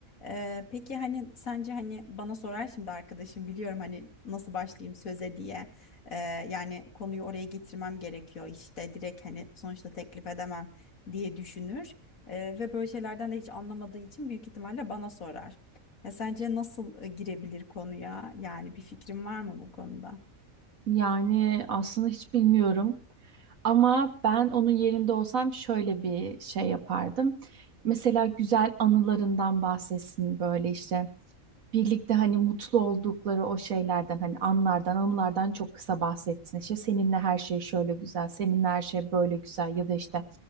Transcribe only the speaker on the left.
E, peki hani sence hani bana sorar şimdi arkadaşım biliyorum hani nasıl başlayayım söze diye E, yani konuyu oraya getirmem gerekiyor işte direkt hani sonuçta teklif edemem diye düşünür. Eee, ve böyle şeylerden de hiç anlamadığı için büyük ihtimalle bana sorar. Ya sence nasıl e, girebilir konuya? Yani bir fikrin var mı bu konuda?